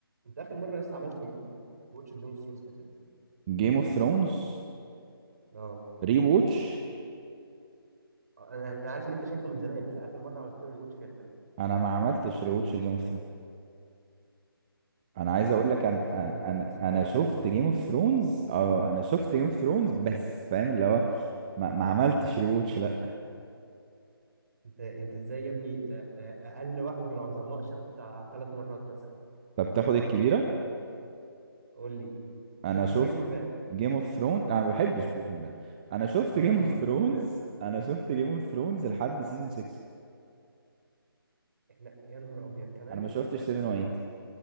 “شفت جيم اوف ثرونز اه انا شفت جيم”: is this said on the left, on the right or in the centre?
Right